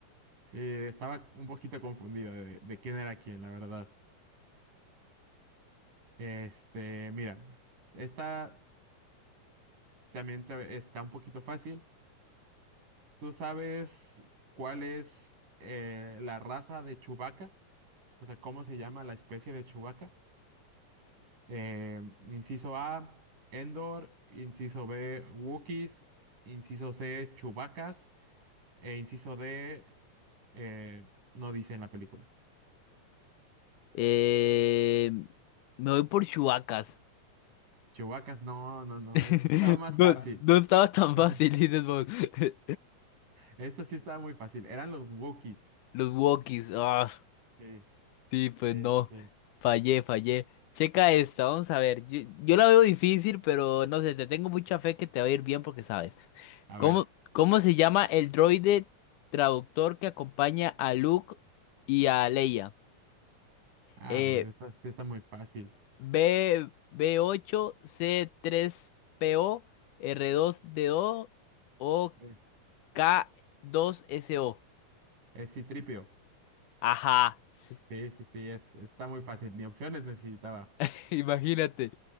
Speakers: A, on the right; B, on the left.
A: sí, estaba un poquito confundido de, de quién era quién, la verdad. Este, mira, esta también te- está un poquito fácil. ¿Tú sabes cuál es eh, la raza de Chewbacca? O sea, ¿cómo se llama la especie de Chewbacca? Eh, inciso A, Endor. Inciso B, Wookiees. Inciso C, Chewbaccas. E inciso D, eh, no dice en la película.
B: Eh, me voy por Chewbacca.
A: Chewbaccas, no, no, no.
B: <laughs>
A: Esto estaba más
B: No,
A: fácil.
B: no estaba tan
A: <laughs>
B: fácil, dices vos. <laughs>
A: Esto sí estaba muy fácil. Eran los Wookiees.
B: Los walkies. Ah,
A: Sí,
B: sí, pues
A: sí,
B: no.
A: sí, sí.
B: Fallé, fallé. Checa esta, vamos a ver. Yo, yo la veo difícil, pero no sé, te tengo mucha fe que te va a ir bien porque sabes.
A: A ver.
B: ¿Cómo, cómo se llama el droide traductor que acompaña a Luke y a Leia?
A: Ah,
B: Eh,
A: pues esta sí está muy fácil.
B: B, B8, C3PO, R2D2 o
A: Eh,
B: K2SO.
A: Es Citripio.
B: Ajá, sí,
A: Sí, sí, sí, es- está muy fácil. Ni opciones necesitaba.
B: <laughs> imagínate.